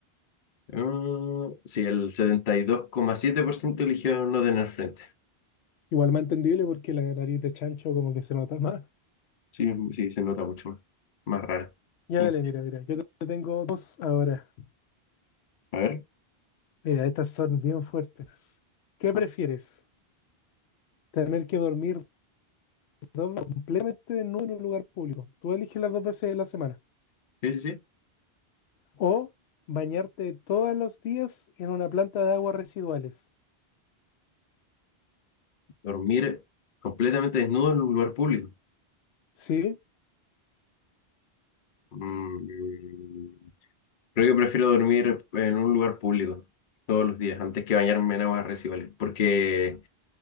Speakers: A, on the left; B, on the left.
A: Ah, sí, el setenta y dos coma siete por ciento eligió no tener frente.
B: Igual más entendible porque la nariz de chancho como que se nota más. <laughs>
A: Sí, sí, se nota mucho más, más raro.
B: Ya
A: Y,
B: dale, mira, mira, yo te tengo dos ahora.
A: a ver.
B: Mira, estas son bien fuertes. ¿Qué prefieres?
A: Ah,
B: ¿Tener que dormir dos veces completamente desnudo en un lugar público? Tú eliges las dos veces de la semana.
A: Sí, sí, sí.
B: ¿O bañarte todos los días en una planta de aguas residuales?
A: Dormir completamente desnudo en un lugar público.
B: Sí,
A: Mm, Creo que prefiero dormir en un lugar público todos los días antes que bañarme en aguas residuales, porque